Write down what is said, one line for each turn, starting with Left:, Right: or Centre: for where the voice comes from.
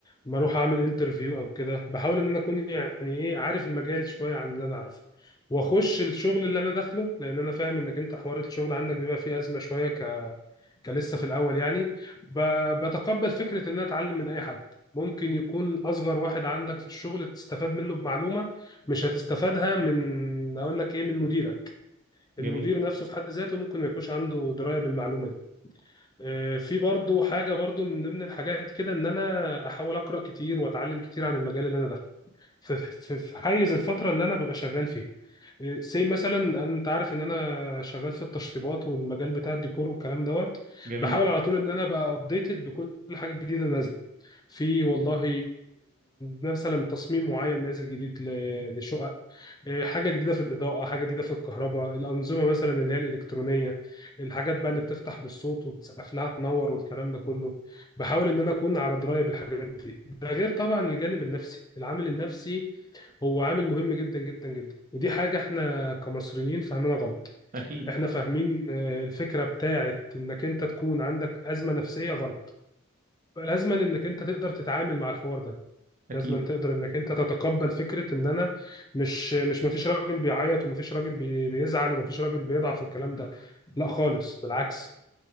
Left: ما أروح أعمل انترفيو أو كده بحاول إن أنا أكون يعني إيه عارف المجال شوية عن اللي أنا أعرفه وأخش الشغل اللي أنا داخله لأن أنا فاهم إنك أنت حوار الشغل عندك بيبقى فيه أزمة شوية كان لسه في الاول يعني ب- بتقبل فكره ان انا اتعلم من اي حد ممكن يكون اصغر واحد عندك في الشغل تستفاد منه بمعلومه مش هتستفادها من اقول لك ايه من مديرك
Right: جميل
Left: المدير نفسه في حد ذاته ممكن ما يكونش عنده درايه بالمعلومه دي آه، في برضو حاجه برضو من ضمن الحاجات كده ان انا احاول اقرا كتير واتعلم كتير عن المجال اللي انا داخله في في- في حيز الفتره اللي انا ببقى شغال فيه سي مثلا انت عارف ان انا شغال في التشطيبات والمجال بتاع الديكور والكلام دوت
Right: جميل
Left: بحاول على طول ان انا ابقى ابديتد بكل حاجه جديده نازله في والله مثلا تصميم معين نازل جديد ل- لشقق إيه، حاجه جديده في الاضاءه حاجه جديده في الكهرباء الانظمه مثلا اللي هي الالكترونيه الحاجات بقى اللي بتفتح بالصوت وبتسقف لها تنور والكلام ده كله بحاول ان انا اكون على درايه بالحاجات دي ده غير طبعا الجانب النفسي العامل النفسي هو عامل مهم جدا جدا جدا ودي حاجة احنا كمصريين فاهمينها غلط
Right: اكيد
Left: احنا فاهمين آه، الفكرة بتاعت انك انت تكون عندك أزمة نفسية غلط لازما انك انت تقدر تتعامل مع الحوار ده
Right: اكيد
Left: لازما تقدر انك انت تتقبل فكرة ان انا مش مش مفيش راجل بيعيط ومفيش راجل بي- بيزعل ومفيش راجل بيضعف والكلام ده لا خالص بالعكس